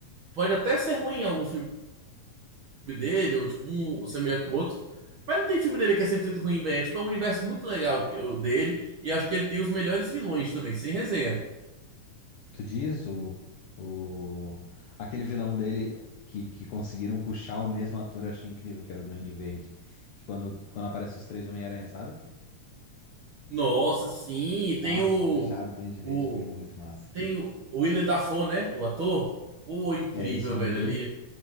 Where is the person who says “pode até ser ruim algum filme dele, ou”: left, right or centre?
Right